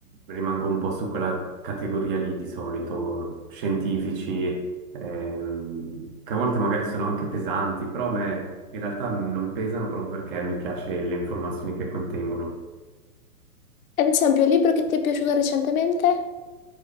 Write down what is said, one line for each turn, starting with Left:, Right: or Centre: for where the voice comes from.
Right: rimango un po' su quella categoria lì di solito, scientifici, ehm, che a volte magari sono anche pesanti, però a me in realtà non pesano proprio perché mi piace le informazioni che contengono.
Left: Ad esempio, il libro che ti è piaciuto recentemente?